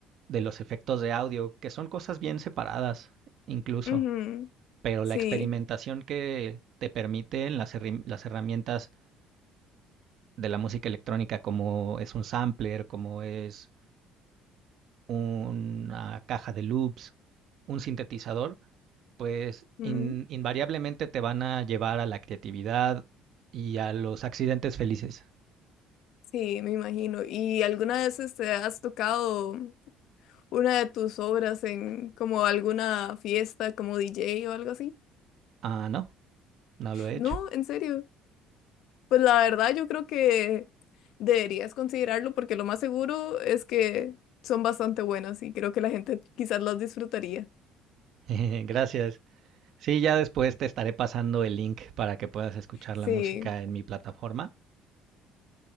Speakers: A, on the right (about 60°); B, on the left (about 70°).
A: de los efectos de audio, que son cosas bien separadas incluso.
B: Ujú,
A: pero
B: Sí,
A: la experimentación que te permiten las, herri- las herramientas de la música electrónica, como es un sampler, como es una caja de loops, un sintetizador, pues
B: ujú,
A: in- invariablemente te van a llevar a la creatividad y a los accidentes felices.
B: Sí, me imagino. ¿Y alguna vez este, has tocado una de tus obras en como alguna fiesta como DJ o algo así?
A: Ah, no, no lo he
B: No,
A: hecho.
B: en serio. Pues la verdad yo creo que deberías considerarlo porque lo más seguro es que son bastante buenas y creo que la gente quizás las disfrutaría.
A: <laughs> Gracias. Sí, ya después te estaré pasando el link para que puedas escuchar
B: Sí.
A: la música en mi plataforma.